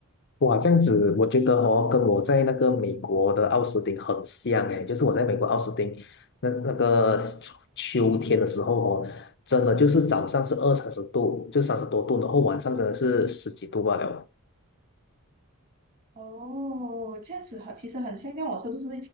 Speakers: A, on the left (about 50°); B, on the right (about 40°).
A: 哇，这样子，我觉得哦，跟我在那个美国的奥斯汀很像诶，就是我在美国奥斯汀那那个秋天的时候哦，真的就是早上是二三十度，就三十多度，然后晚上真的是十几度罢了。
B: 哦，这样子很，其实很像，那我是不是